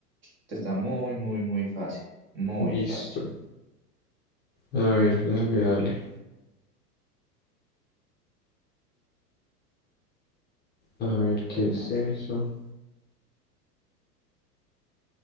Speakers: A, on the right; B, on the left.
A: Esta Está muy, muy, muy fácil. Muy
B: Listo.
A: fácil.
B: A ver, dale, dale. A ver, ¿qué
A: Es
B: es
A: más,
B: eso?